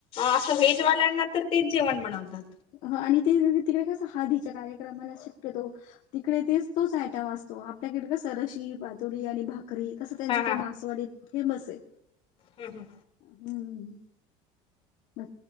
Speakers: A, on the left; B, on the left.
A: असं व्हेजवाल्यांना तर तेच जेवण बनवतात.
B: ह आणि ते तिकडे कसं हळदीच्या कार्यक्रमाला शक्यतो. तिकडे तेच तोच आयटम असतो आपल्याकडे का सरशी पातोडी आणि भाकरी तस त्यांचा
A: हा
B: तो मासवाडी फेमस आहे
A: हम् हम
B: हम्म म